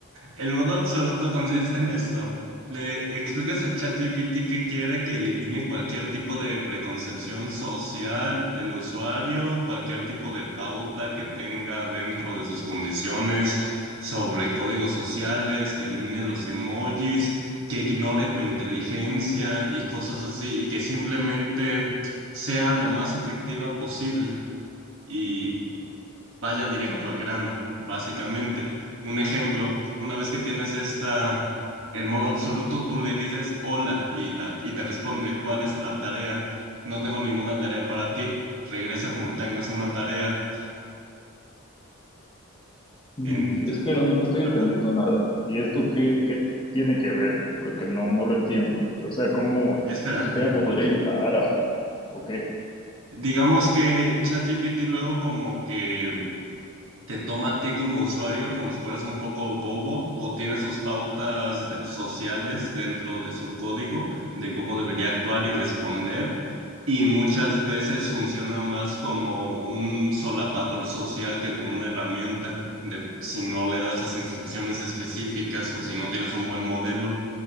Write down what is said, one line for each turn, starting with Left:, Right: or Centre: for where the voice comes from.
Right: El modo absoluto consiste en esto. Le explicas a ChatGPT que quiere que elimine cualquier tipo de preconcepción social del usuario, cualquier tipo de pauta que tenga dentro de sus condiciones sobre códigos sociales, que elimine los emojis, que ignore tu inteligencia y cosas así, y que simplemente sea lo más efectiva posible. y vaya directo
Left: No.
Right: al grano, básicamente. Un ejemplo, una vez que tienes esta, el modo absoluto, tú le dices hola y, la, y te responde, ¿cuál es la tarea? No tengo ninguna tarea para ti. Regresa cuando tengas una tarea.
Left: Mm,
Right: En,
Left: espera, no te estoy
Right: Ajá.
Left: entendiendo nada. ¿Y esto qué, qué tiene que ver? Porque no, no lo entiendo. O sea, ¿cómo,
Right: Espera,
Left: en qué me podría ayudar a, o qué?
Right: digamos que ChatGPT luego como que te toma a ti como usuario como si fueras un poco bobo o tiene sus pautas de- sociales dentro de su código de cómo debería actuar y responder. Y muchas veces funciona más como un solapador social que como una herramienta de si no le das las instrucciones específicas o si no tienes un buen modelo.